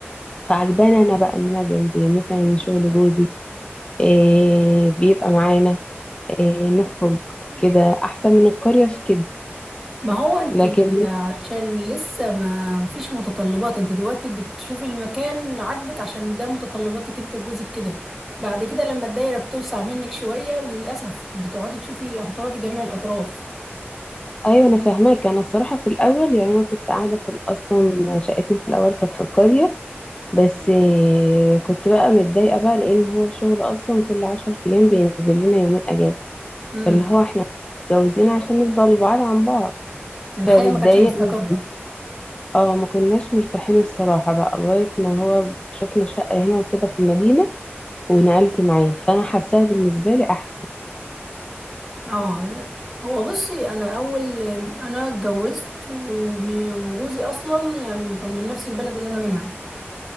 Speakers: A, on the left (about 25°); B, in the centre.
A: فعجباني انا بقى ان انا جنب مثلا شغل جوزي إيه بيبقى معانا إيه نخرج كده احسن من القرية في كده
B: ما هو انت
A: لكن
B: عشان لسه ما ما فيش متطلبات انت دلوقتي بتشوفي المكان عاجبك عشان ده متطلباتك انت وجوزك كده بعد كده لما الدايره بتوسع منك شويه للاسف بتقعدي تشوفي هتراضي جميع الاطراف
A: ايوه انا فاهماك انا الصراحه في الاول يعني انا كنت قاعده في ال- اصلا شقتنا في الاول كانت في القريه بس إيه، كنت بقى متضايقه بقى لان هو شغل اصلا كل عشر ايام بينزل لنا يومين اجازه
B: امم
A: فاللي هو احنا متجوزين عشان نفضل بعاد عن بعض
B: الحياه
A: فمتضايقه
B: ما كانتش مستقره
A: اه ما كناش مرتاحين الصراحة بقى لغاية ما هو شفنا شقة هنا وكده في المدينة ونقلت معاه فأنا حاساها بالنسبة لي أحسن
B: اه لا هو بصي انا اول انا اتجوزت وم- وجوزي اصلا يعني كان من نفس البلد اللي انا منها